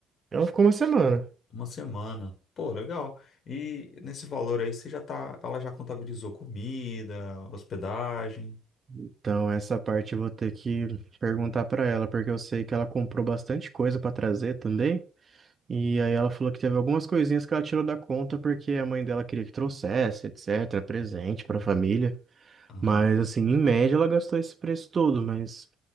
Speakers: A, on the right (about 30°); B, on the left (about 50°).
A: Ela ficou uma semana.
B: Uma semana. Pô, legal. E nesse valor aí, você já tá, ela já contabilizou comida, hospedagem.
A: Então, essa parte eu vou ter que perguntar pra ela, porque eu sei que ela comprou bastante coisa pra trazer também. E aí ela falou que teve algumas coisinhas que ela tirou da conta porque a mãe dela queria que trouxesse, etc, presente pra família.
B: Ah,
A: Mas assim, em média ela gastou esse preço todo, mas